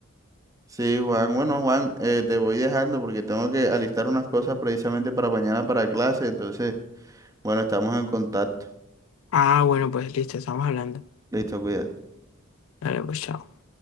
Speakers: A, on the right; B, on the left.
A: Sí, Juan. Bueno, Juan, eh, te voy dejando porque tengo que alistar unas cosas precisamente para mañana para clase. Entonces, bueno, estamos en contacto.
B: Ah, bueno, pues listo, estamos hablando.
A: Listo, cuídate.
B: Dale, pues chao.